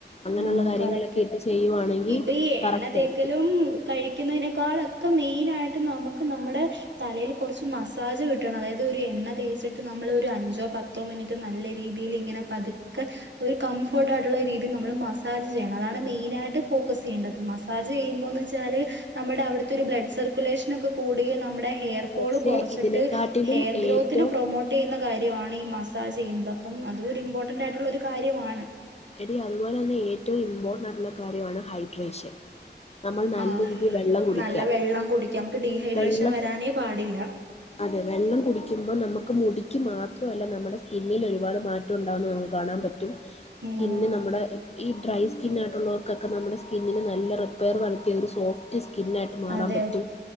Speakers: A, on the left; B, on the right.
A: അങ്ങനെയുള്ള
B: ആഹ്
A: കാര്യങ്ങളൊക്കെ
B: കറക്റ്റ്
A: ഇട്ട് ചെയ്യുവാണെങ്കിൽ
B: ഇപ്പൊ ഈ
A: കറക്റ്റ്
B: എണ്ണ തേക്കലും
A: ആയിരിക്കും
B: കഴിക്കുന്നതിനേക്കാളൊക്കെ മെയിനായിട്ട് നമുക്ക് നമ്മുടെ തലയിൽ കുറച്ച് മസ് സാജ് കിട്ടണം അതായത് ഒരു എണ്ണ തേച്ചിട്ട് നമ്മൾ ഒരു അഞ്ചോ പത്തോ മിനിറ്റ് നല്ല രീതിയിൽ ഇങ്ങനെ പതുക്കെ ഒരു കംഫർട്ട് ആയിട്ടുള്ള രീതിയിൽ നമ്മൾ മസാജ് ചെയ്യണം അതാണ് മെയിനായിട്ട് ഫോക്കസ് ചെയ്യേണ്ടത് മസാജ് ചെയ്യുമ്പോന്നച്ചാൽ നമ്മുടെ അവിടുത്തെ ഒരു ബ്ലഡ് സർക്കുലേഷനൊക്കെ കൂടി നമ്മുടെ ഹെയർ ഫാള്
A: പക്ഷെ
B: കുറച്ചിട്ട്
A: ഇതിനെക്കാട്ടിലും
B: ഹെയർ ഗ്രോത്തിനെ
A: ഏറ്റവും
B: പ്രൊമോട്ട് ചെയ്യുന്ന കാര്യമാണ് ഈ മസാജ് ചെയ്യുന്നത് അപ്പം അതും ഒരു ഇമ്പോർട്ടന്റ് ആയിട്ടുള്ള ഒരു കാര്യമാണ്
A: എടി അതുപോലെ തന്നെ ഏറ്റവും ഇമ്പോർട്ടന്റ് ആയിട്ടുള്ള കാര്യമാണ് ഹൈഡ്രേഷൻ നമ്മൾ നല്ല
B: ആഹ്
A: രീതിയിൽ വെള്ളം കുടിക്കുക
B: നല്ല വെള്ളം കുടിക്കാം നമുക്ക് ഡീഹൈഡ്രേഷൻ
A: വെള്ളം
B: വരാനേ പാടില്ല
A: അതെ വെള്ളം കുടിക്കുമ്പോൾ നമുക്ക് മുടിക്ക് മാത്രല്ല നമ്മുടെ സ്കിന്നിൽ ഒരുപാട് മാറ്റം ഉണ്ടാവുന്ന നമുക്ക് കാണാൻ പറ്റും സ്കിന്ന്
B: ഉം
A: നമ്മുടെ ഈ ഡ്രൈ സ്കിന്നായിട്ടുള്ളർക്കൊക്കെ നമ്മുടെ സ്കിന്നിന് നല്ല റിപ്പയർ നടത്തിയതൊരു സോഫ്റ്റ്സ്കിന്നായിട്ട് മാറാൻ
B: അതെ
A: പറ്റും
B: അതെ